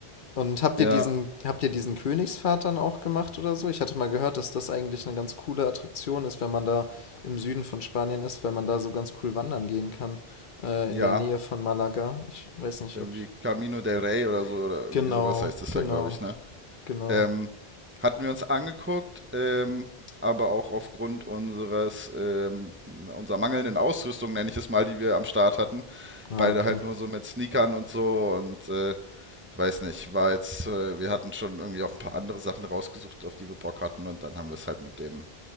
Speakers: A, on the left; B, on the right.
A: Und habt
B: ja,
A: ihr diesen, habt ihr diesen Königspfad dann auch gemacht oder so? Ich hatte mal gehört, dass das eigentlich eine ganz coole Attraktion ist, wenn man da im Süden von Spanien ist, weil man da so ganz cool wandern gehen kann, äh,
B: ja.
A: in der Nähe von Malaga. Ich weiß nicht,
B: Irgendwie
A: ob.
B: Camino del Rey oder so, oder irgendwie
A: Genau,
B: sowas heißt es
A: genau,
B: ja, glaube ich, ne?
A: genau.
B: Ähm, hatten wir uns angeguckt, ähm, aber auch aufgrund unseres, ähm, unserer mangelnden Ausrüstung, nenne ich es mal, die wir am Start hatten.
A: Ah,
B: Beide
A: okay.
B: halt nur so mit Sneakern und so und äh, ich weiß nicht, war jetzt, äh, wir hatten schon irgendwie auch ein paar andere Sachen rausgesucht, auf die wir Bock hatten und dann haben wir es halt mit dem,